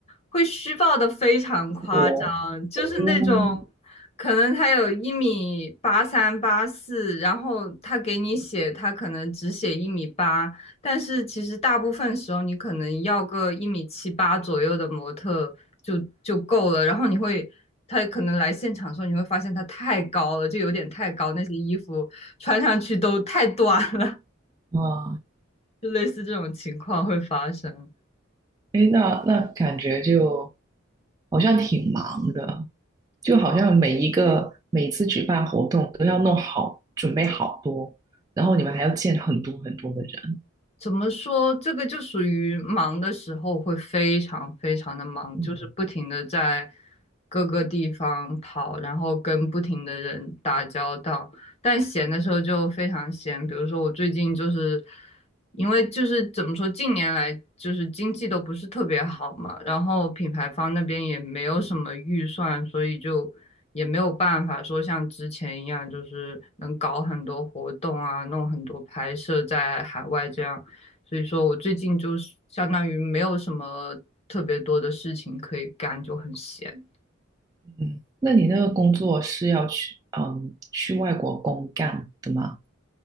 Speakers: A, on the left; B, on the right.
A: 会虚报的非常夸张，
B: 我哦，
A: 就是那种可能他有一米八三八四，然后他给你写他可能只写一米八，但是其实大部分时候你可能要个一米七八左右的模特就就够了，然后你会。他可能来现场的时候，你会发现他太高了，就有点太高，那些衣服穿上去都太短了，
B: 啊。
A: <laughs> 就类似这种情况会发生。
B: 哎，那那感觉就好像挺忙的，就好像每一个每次举办活动都要弄好，准备好多，然后你们还要见很多很多的人。
A: 怎么说？这个就属于忙的时候会非常非常的忙，
B: 嗯，
A: 就是不停的在各个地方跑，然后跟不停的人打交道。但闲的时候就非常闲，比如说我最近就是因为就是怎么说，近年来就是经济都不是特别好嘛，然后品牌方那边也没有什么预算，所以就也没有办法说像之前一样，就是能搞很多活动啊，弄很多拍摄在海外这样。所以说我最近就是相当于没有什么特别多的事情可以干，就很闲。
B: 嗯，那你那个工作是要去嗯去外国公干的吗？